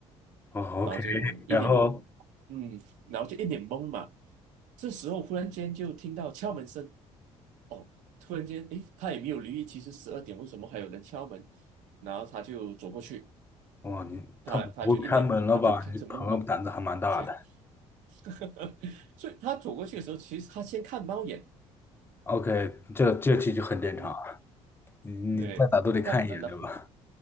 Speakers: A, on the left (about 20°); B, on the right (about 85°).
A: 哦，OK，
B: 然后就一脸懵，
A: 然后
B: 嗯，然后就一脸懵嘛。这时候忽然间就听到敲门声，哦，突然间，诶，他也没有留意，其实十二点为什么还有人敲门？然后他就走过去，
A: 哇，你他不会开门了吧？
B: 他他就一脸，他就开始懵嘛，
A: 你朋友胆子还蛮大的。
B: 这样，<laughs> 所以他走过去的时候，其实他先看猫眼，
A: OK，这这其就很正常，
B: 嗯，
A: 你你再咋都得看一眼，
B: 对，看，呃然后
A: 对吧？